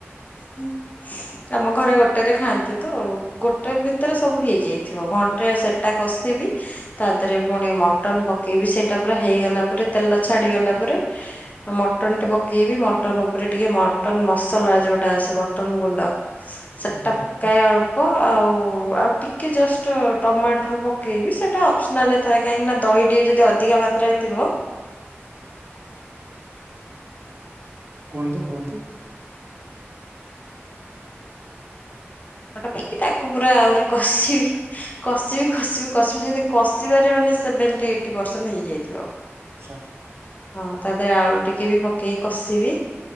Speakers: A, on the left; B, on the right.
A: ହଁ ଆମ ଘରେ ଗୋଟେ ରେ ଖାଆନ୍ତି ତ ଗୋଟେ ଭିତରେ ସବୁ ହେଇଯାଇଥିବ। ଘଣ ଟା ସେଟା କଷିବି ତା ଦେହରେ ପୁଣି ମଟନ ପକେଇବି ସେଇଟା ପୁରା ହେଇଗଲା ପରେ ତା ଛାଡିଗଲା ପରେ ଏଁ ମଟନ ଟେ ପକେଇବି। ମଟନ ଉପରେ ଟିକେ ମଟନ ମସଲା ଯୋଉଟା ଆସ ସେ ମଟନ୍ ଗୁଣ୍ଡ ସେଟା
B: ହୁଁ ହୁଁ
A: ପକାଏ
B: ହୁଁ
A: ଅଳ୍ପ ଆଉ ଆଉ ଟିକେ ଜଷ୍ଟ ଟମାଟର ପ ପକେଇବି ସେଟା ଅପସନାଲରେ ଥାଏ କାହିଁକିନା ଦହି ଟିକେ ଯଦି ଅଧିକ ମାତ୍ରାରେ ଥିବ
B: କୁହନ୍ତୁ କୁହନ୍ତୁ
A: ପାଇକି ତାକୁ ପୁରା ଆହୁରି କଷିବି କଷିବି କଷିବି କଷିବି ଯେମିତି କଷିବାରେ ମାନେ ସେବେଣ୍ଟି ଏଇଟ୍ ପର୍ଶେନ୍ ହେଇଯାଇଥିବ
B: ଛା
A: ହଁ! ତା ଦେହରେ ଆଳୁ ଟିକେ ବି ପକେଇି କଷିବି